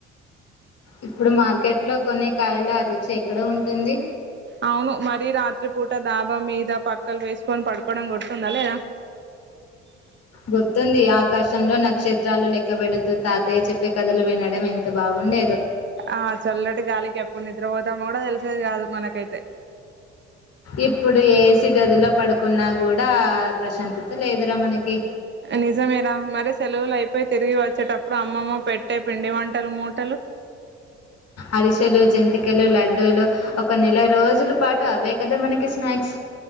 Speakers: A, on the left (about 50°); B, on the right (about 35°).
A: ఇప్పుడు మార్కెట్ లో కొనే కాయలు ఆ రుచి ఎక్కడ ఉంటుంది
B: అవును మరీ రాత్రి పూట దాబా మీద పక్కలు వేసుకొని పడుకోవడం గుర్తు తుందా లేదా
A: గుర్తుంది ఆకాశంలో నక్షత్రాలు లెక్కబెడుతూ తాతే చెప్పే కథలు వినడం ఎంత బాగు ఉండేదు
B: ఆ చల్లటి గాలి ఎప్పు నిద్ర పోతామ్మ కూడా తెలిసేది కాదు మనకైతే
A: ఇప్పుడు ఏసి గదిలో పడుకున్నా కూడా ప్రశాంతత లేదురా మనకి
B: నిజమేరా మరి సెలవులు అయిపోయి తిరిగి వచ్చేటప్పుడు అమ్మమ్మ పెట్టే పిండి వంటలు మూటలు
A: అరిసెలు జంతికలు లడ్డూలు ఒక నెల రోజుల పాటు అవే కదా మనకి స్నాక్స్